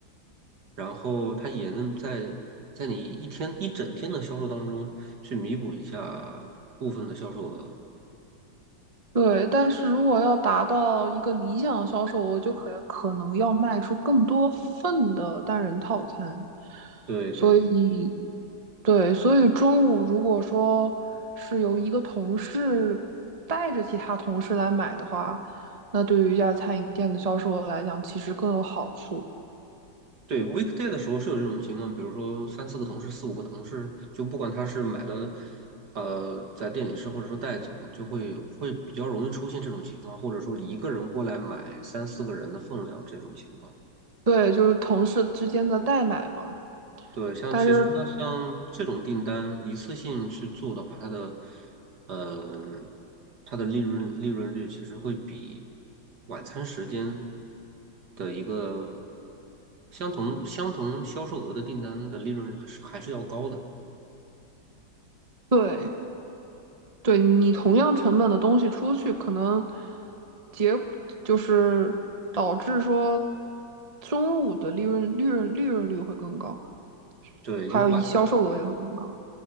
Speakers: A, on the right (about 60°); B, on the right (about 25°).
A: 然后它也能在在你一天一整天的销售当中去弥补一下部分的销售额。
B: 对，但是如果要达到一个理想的销售额，就可可能要卖出更多份的单人套餐。
A: 对对。
B: 所以，对，所以中午如果说是由一个同事带着其他同事来买的话，那对于一家餐饮店的销售额来讲，其实更有好处。
A: 对 weekday 的时候是有这种情况，比如说三四个同事、四五个同事，就不管他是买了，呃，在店里吃或者说带走，就会会比较容易出现这种情况，或者说一个人过来买三四个人的分量这种情况。
B: 对，就是同事之间的代买嘛。
A: 对，像其实那像这种订单一次性去做的话，
B: 但是，
A: 它的，嗯、它的利润利润率其实会比晚餐时间的一个相同相同销售额的订单的利润还是还是要高的。
B: 对，对你同样成本的东西出去，可能结就是导致说中午的利润利润利润率会更高，
A: 对，
B: 还有一销售额也会更高，
A: 因为晚